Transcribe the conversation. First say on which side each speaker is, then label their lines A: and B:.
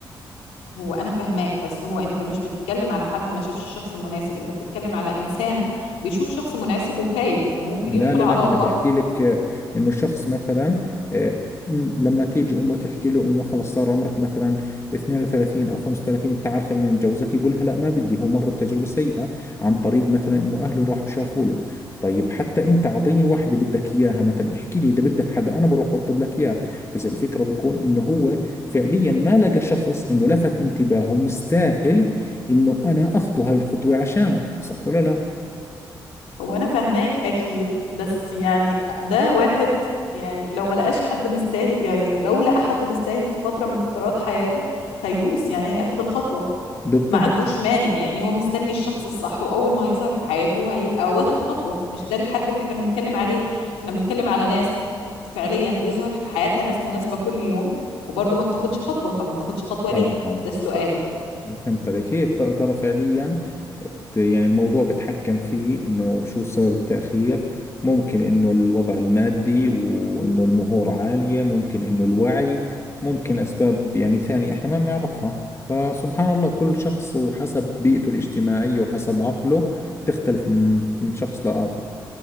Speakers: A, on the left (about 85°); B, on the left (about 25°).
A: هو انا فاهماك بس هو انت مش بتتكلم على حد ما شافش شخص مناسب انت بتتكلم على انسان بيشوف شخص مناسب وخايف وممكن
B: لا
A: يدخل
B: لا
A: علاقة
B: لا انا بحكي لك آه، انه الشخص مثلا آه، م- لما تيجي امه تحكي له انه خلص صار عمرك مثلا 32 او 35 تعال خلينا نتجوزك يقولها لا ما بدي هو مر بتجربه سيئه عن طريق مثلا انه اهله راح شافوا له طيب حتى انت اعطيني واحده بدك اياها مثلا احكي لي اذا بدك حدا انا بروح بطلب لك اياه بس الفكره بكون انه هو فعليا ما لقى شخص انه لفت انتباهه مستاهل انه انا اخطو هاي الخطوه عشانه صح ولا لا
A: هو انا فاهماك اكيد بس يعني ده واحد يعني لو ما لقاش حد مستاهل يعني لو لقى حد مستاهل في فترة من فترات حياته هيدوس يعني هياخد الخطوة
B: بالضبط
A: ما عندوش مانع يعني هو مستني الشخص الصح واول ما هيظهر في حياته هو هيبقى واخد خطوة مش ده الحد اللي احنا بنتكلم عليه احنا بنتكلم على ناس فعليا بيظهر في حياتها ناس مناسبة كل يوم وبرضه ما بتاخدش خطوة فما بتاخدش خطوة
B: اه
A: ليه
B: اه
A: ده السؤال
B: فهمت عليك هي ت- ترى فعليا ت- يعني الموضوع بتحكم فيه انه شو سبب التأخير ممكن انه الوضع المادي وانه المهور عالية ممكن انه الوعي ممكن اسباب يعني ثانية احنا ما بنعرفها فسبحان الله كل شخص وحسب بيئته الاجتماعية وحسب عقله بتختلف من من شخص لآخر